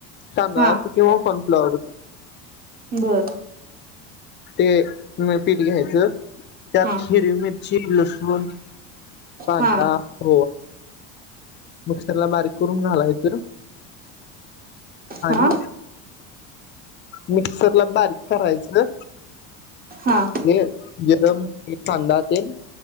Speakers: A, on the left; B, on the right.
A: कनाच
B: हा
A: किंवा सनफ्लॉवर
B: बरं.
A: ते पीठ घ्यायच त्यात
B: हा
A: हिर मिरची लसण. पां
B: हा
A: हो. मिक्सरला बारीक करून घालायचं आणि
B: हा
A: मिक्सर ला बारीक करायचं.
B: हां.
A: हे जिर मोहरी कांदा तेल.